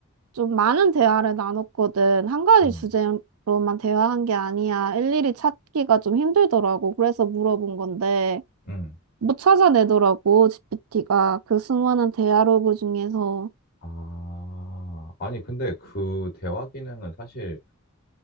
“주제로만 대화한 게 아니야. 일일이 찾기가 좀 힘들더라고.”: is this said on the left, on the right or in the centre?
Right